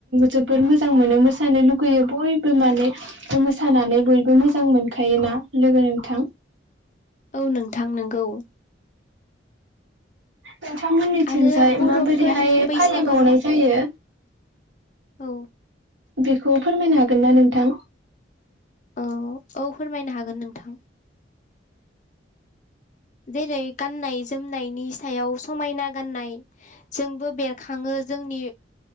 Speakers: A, on the right (about 80°); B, on the left (about 40°).
A: जोबोर मोजां मोनो मोसानो लुगैयो बयबो माने मोसानानै बयबो मोजां मोनखायो खायोना लोगो नोंथां
B: औ नोंथां नोंगौ।
A: नोंथांमोननिथिंजाय
B: आरो बर'फोरनि
A: माबोरैहाय
B: बैसागो
A: फालिबावनाय जायो।
B: औ
A: बेखौ फोरमायनो हागोन ना नोंथां?
B: औ औ फोरमायनो हागोन नोंथां। जेरै गान्नाय जोमनायनि सायाव समायना गाननाय जोंबो बेरखाङो। जोंनि